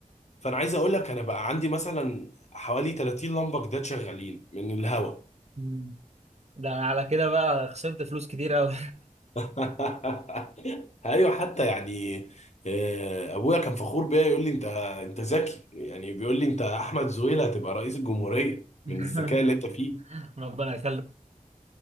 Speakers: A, on the left; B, on the right.
A: فانا عايز اقول لك انا بقى عندي مثلا حوالي 30 لمبه جداد شغالين من الهوا
B: مم. ده انا على كده بقى خسرت فلوس كتير قوي
A: <laughs> ايوه حتى يعني آه، ابويا كان فخور بيا يقول لي انت انت ذكي يعني بيقول لي انت احمد زويل هتبقى رئيس الجمهوريه
B: <laughs>
A: من الذكاء اللي انت فيه
B: ربنا يخليك